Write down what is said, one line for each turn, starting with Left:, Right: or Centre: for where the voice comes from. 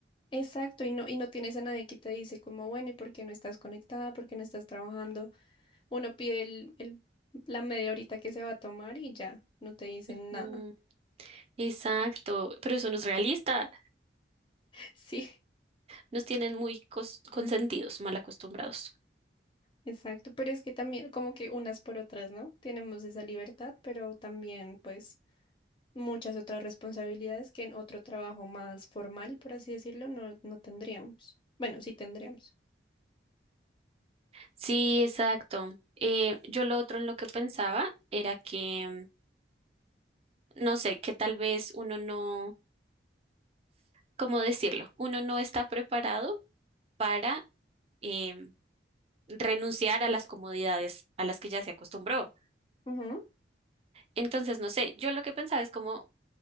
Left: exacto, y no, y no tienes a nadie que te dice como, bueno, ¿y por qué no estás conectada? ¿Por qué no estás trabajando? Uno pide el, el- la media horita que se va a tomar y ya, no te dicen
Right: Mm,
Left: nada. <laughs>
Right: exacto, pero eso no es realista.
Left: Sí,
Right: Nos tienen muy cos- consentidos, mal acostumbrados.
Left: exacto, pero es que también como que unas por otras, ¿no? Tenemos esa libertad, pero también pues muchas otras responsabilidades que en otro trabajo más formal, por así decirlo, no, no tendríamos. Bueno, sí tendríamos.
Right: Sí, exacto. Eh, yo lo otro en lo que pensaba era que, no sé, que tal vez uno no, ¿cómo decirlo? Uno no está preparado para em, renunciar a las comodidades a las que ya se acostumbró.
Left: Ujú,
Right: Entonces, no sé, yo lo que pensaba es como